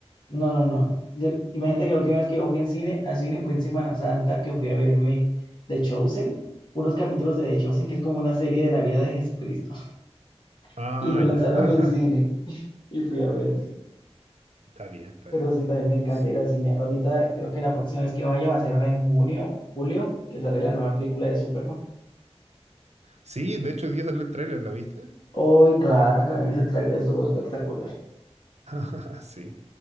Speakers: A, on the left; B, on the right.
A: no, no, no. Yo- imagínate que la última vez que yo fui en cine, a cine fue en Semana Santa, que fui a verme The Chosen, unos capítulos de The Chosen, que es como una serie de la vida de Jesucristo, <laughs>
B: Ah,
A: y lo lanzaron
B: ya. <laughs>
A: en cine y fui a verme.
B: Está bien, está
A: Pero
B: bien.
A: sí, también me encanta
B: S-
A: ir al cine. Ahorita creo que la próxima vez que vaya va a ser ahora en junio, julio, que sale la nueva película de Superman.
B: Sí, de hecho, hoy día salió el tráiler, ¿lo viste?
A: Hoy, claro que me vi ese tráiler, estuvo espectacular.
B: <laughs> sí.